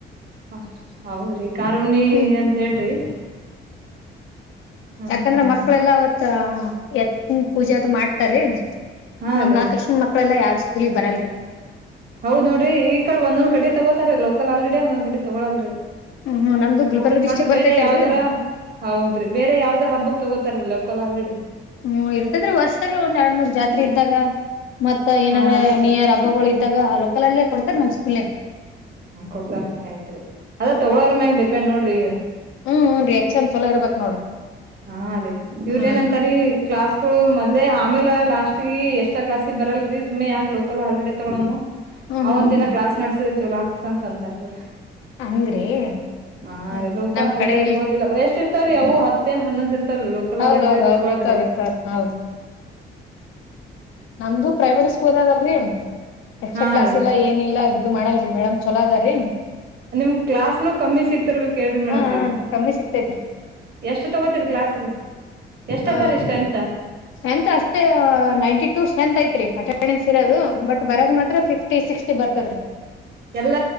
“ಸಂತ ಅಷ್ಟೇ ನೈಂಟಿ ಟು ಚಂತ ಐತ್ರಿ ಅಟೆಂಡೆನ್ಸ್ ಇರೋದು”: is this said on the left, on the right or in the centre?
Left